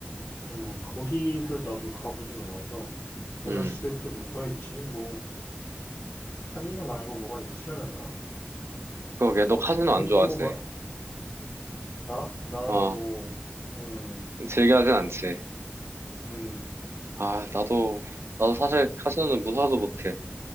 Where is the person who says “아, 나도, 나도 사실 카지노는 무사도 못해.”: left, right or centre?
Right